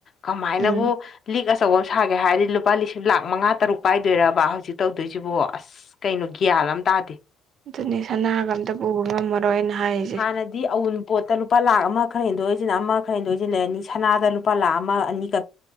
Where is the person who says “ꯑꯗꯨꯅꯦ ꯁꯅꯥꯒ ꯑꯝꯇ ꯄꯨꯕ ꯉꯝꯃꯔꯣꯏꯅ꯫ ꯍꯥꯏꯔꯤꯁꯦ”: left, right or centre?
Right